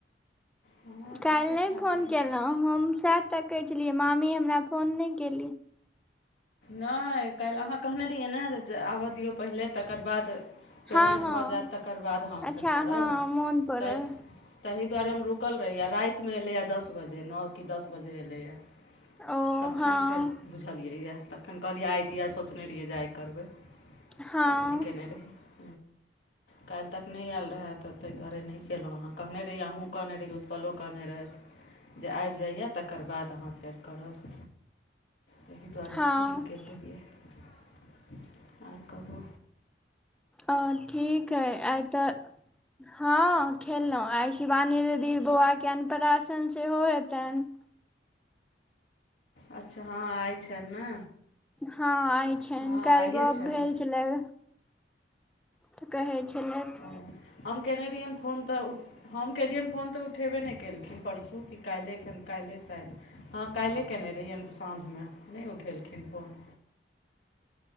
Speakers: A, on the left (about 80°); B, in the centre.
A: हमरो
B: काल्हि
A: ठीके
B: नहि
A: ठाक
B: फोन
A: अइ
B: केलहुँ हम सैह तकय छलियै मामी हमरा फोन नहि केली।
A: न‌ए काल्हि आहाँ कहने रहियै ने जे आबै दियौ पहिले तकर बाद पेमेंट
B: हँ हँ
A: भऽ जायत तकर बाद हम
B: अच्छा
A: फेर करब
B: हँ मोन पड़ल
A: तय ताहि दुआरे हम रुकल रहि रायतमे एलै ह दस बजे नओ कि दस बजे एलैय।
B: ओ
A: तखन
B: हँ
A: फेर बुझलियैया। तखन कहलियै आइ दिया सोचने रहियै जे आइ करबै
B: हँ
A: त न‌ए केने रही।
B: <inaudible>
A: काल्हि तक नहि आयल रहए त ताहि दुआरे न‌ए के्यहुँ हँ कहने रहय अहूँ कहने रहियै उत्पलो कहने रहथि। जे आबि जाइया तकर बाद अहाँ फेर करब ताहि दुआरे।
B: हँ
A: <unintelligible> आर कहु।
B: अ ठीक हय आइ तऽ हँ खेललौ आइ शिवानी दीदी बौआ के अनपराशन सेहो हेतैन?
A: अच्छा हँ आय छैन ने?
B: हँ आय छैन
A: हँ
B: काल्हि
A: आइए
B: गप
A: छनि
B: भेल छलय। तऽ कहै छलैथ।
A: ओ हम केने रहियनि फोन तऽ उ हम केलियनि फोन तऽ उठेबे न‌ए केलखिन परसू कि काल्हिए खेन काल्हिए शायद। हँ काल्हिए कयने रहियनि साँझमे न‌हि उठेलखिन फोन।